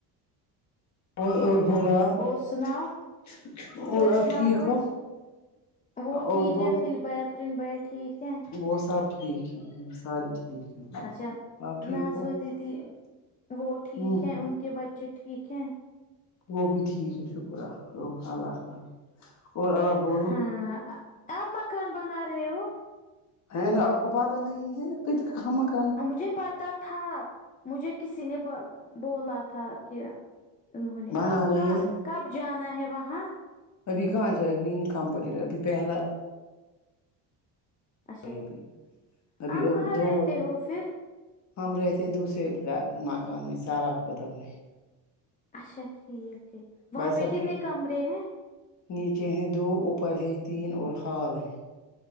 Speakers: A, on the left; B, on the left.
A: اور اور بولا
B: ہاں
A: آپ
B: اور سناؤ
A: اور آپ
B: سناؤ
A: ٹھیک
B: کچھ
A: ہو
B: وہ ٹھیک
A: اور بولو
B: ہے پھر بیا پرن بیا ٹھیک ہے
A: وہ سب ٹھیک ہے ساری ٹھیک ہیں
B: اچھا
A: آپ ٹھیک
B: ناظمہ
A: ہو
B: دیدی وہ
A: ہوں
B: ٹھیک ہیں ان کے بچے ٹھیک ہیں
A: وہ بھی ٹھیک ہے شکر ہے اللہ کا اور آپ بولو
B: ہاں آپ مکان بنا رہے ہو
A: ہے نا آپ کو پاتا نہیں ہے کہ ما ک
B: مجھے پتا تھا مجھے کسی نے بولا تھا کہ انہوں نے
A: بنا
B: اب
A: رہی
B: کا
A: ہے نا
B: کب جانا ہے وہاں
A: ابھی کہاں جائے ابھی ان کام پڑے رہا ہے ابھی پہلا
B: اچھا
A: ابھی
B: ٹھیک
A: ابھی
B: آپ کہاں
A: دو
B: رہتے ہو پھر
A: ہم رہتے دوسرے گھر مکان میں ساراف کدل میں
B: اچھا ٹھیک ٹھیک وہاں
A: بھائی
B: پہ
A: صاحب
B: کتنے
A: کی
B: کمرے ہیں
A: نیچے ہیں دو اوپر ہے تین اور ہال ہے